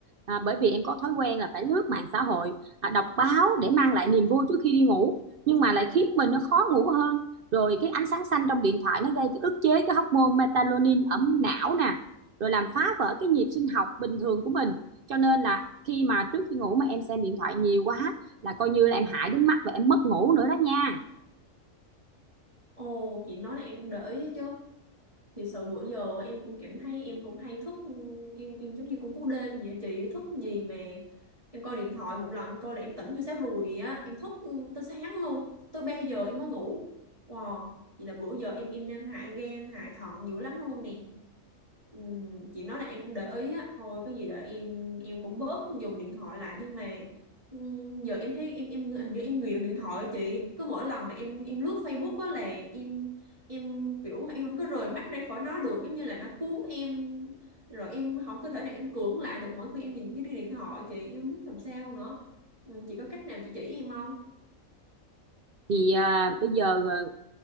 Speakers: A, on the right (about 60°); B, on the right (about 25°).
A: à, bởi vì em có thói quen là phải lướt mạng xã hội à, đọc báo để mang lại niềm vui trước khi đi ngủ nhưng mà lại khiến mình nó khó ngủ hơn rồi cái ánh sáng xanh trong điện thoại nó gây cái ức chế cái hormone melatonin ở não nè rồi làm phá vỡ cái nhịp sinh học bình thường của mình cho nên là khi mà trước khi ngủ mà em xem điện thoại nhiều quá là coi như là em hại đến mắt và em mất ngủ nữa đó nha
B: Ồ, chị nói là em cũng để ý chứ. Thì sự bữa giờ em cũng cảm thấy em cũng hay thức em em giống như con cú đêm vậy á chị thức gì mà em coi điện thoại một lần em coi là em tỉnh như sáo ruồi vậy á em thức ừ, tới sáng luôn tới 3 giờ em mới ngủ wow vậy là bữa giờ em em đang hại gan hại thận dữ lắm luôn nè Ừm, chị nói là em cũng để ý á thôi có gì đợi em em cũng bớt dùng điện thoại lại nhưng mà ừm, giờ em thấy em em hình như em nghiện điện thoại chị cứ mỗi lần mà em em lướt Facebook á là em em kiểu em không có rời mắt ra khỏi nó được giống như là nó cuốn em rồi em không có thể nào em cưỡng lại được mỗi khi em nhìn cái điện thoại chị em không biết làm sao nữa ừ, chị có cách nào chị chỉ em không
A: thì à, bây giờ à,